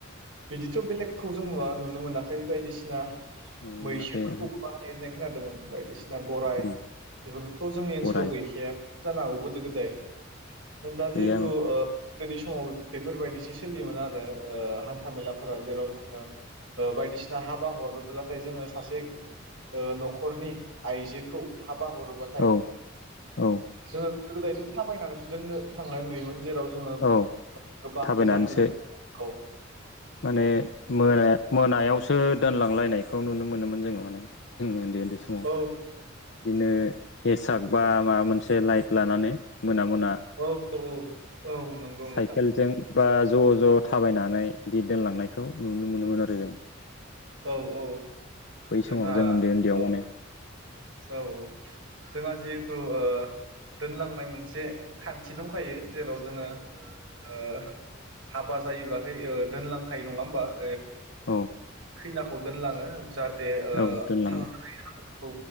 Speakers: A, on the right; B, on the left.
A: बिदिथ' बेलेगखौ जों नुवा नुनो मोनाखै बायदिसिना।
B: नुनो
A: मैसोफोरखौबो
B: मोनाखै ओहो
A: बाहायो होननाय खोनादोंमोन बायदिसिना।। गराइ
B: उम
A: बेफोरथ' जोंनि ओनसोलाव
B: गराय
A: गैखाया जानो हागौ गोदो गोदाय। दा
B: गैयामोन
A: जिहेथु गोदोनि समाव बेफोरबायदिसो सोलियोमोन आरो। हान्थामेलाफोरा जेराव जोङो बायदिसिना हाबा हरोब्लाथाय जोङो सासे न'खरनि आइजोखौ हा बा हरोबाथाय
B: औ औ
A: जोङो गोदो गोदायथ' थाबायनानैसो दोननो थांनाय नुयोमोन। जेराव जोङो
B: औ
A: गोबां
B: थाबायनानैसो
A: गोजान गोजान खौ
B: माने मोनाय मोनायावसो दोनलांलायनायखौ नुनो मोनोमोन जोङो माने जोंनि, ओन्दै ओन्दै। बे समाव
A: औ
B: इदिनो हेसाग बा माबा मोनसे लाइट लानानै। मोना मोना
A: औ औ औ नंगौ
B: साइकेलजों।
A: नोंथां
B: बा ज' ज' थाबायनानै दि दोनलांनायखौ नुनो मोनोमोन आरो जों।
A: औ औ
B: बै
A: जोंहा
B: समाव जों उन्दै उन्दैयाव
A: औ
B: माने
A: औ औ। जोंहा जिहेथु ओ दोनलांनाय मोनसे खान्थि दंखायो जेराव जोङो ओ हाबा जायोब्लाथाय ओ दोनलांखायो नङा होमबा जों ओ
B: औ
A: खैनाखौ दोनलाङो जाहाथे ओ
B: औ दोनलाङो
A: थांनानै खौ